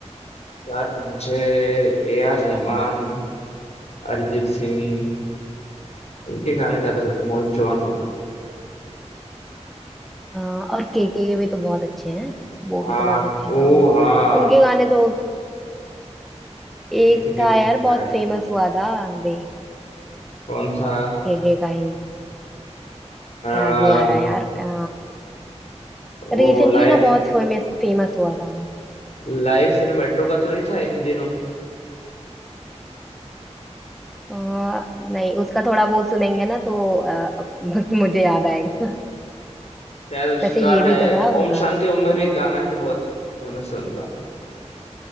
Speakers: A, on the left (about 65°); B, in the centre.
A: यार मुझे ए आर रहमान अरिजीत सिंह इनके गाने ज्यादा पसंद हैं। मोहित चौहान हो गया
B: आ, और के के भी तो बहुत अच्छे हैं वो
A: हाँ
B: भी तो बहुत अच्छा
A: ओ
B: था उन,
A: हाँ
B: उनके गाने तो एक
A: एक एक भी
B: था
A: बहुत
B: यार
A: प्यारे
B: बहुत
A: हैं।
B: फेमस हुआ था बे
A: कौन सा
B: के के का ही
A: आ,
B: याद नहीं आ रहा यार आ,
A: वो
B: रिसेंटली
A: लाइफ
B: ना बहुत फेमस फेमस हुआ था वो
A: लाइफ इन मेट्रो का तो नहीं था इन दिनों
B: आ, नहीं उसका थोड़ा वो सुनेंगे ना तो आ, अब <laughs> मुझे याद आएगा
A: शायद उसका
B: वैसे ये भी
A: है
B: तो था उनका
A: ओम शांति ओम में भी
B: आ,
A: एक गाना है जो बहुत फेमस है उनका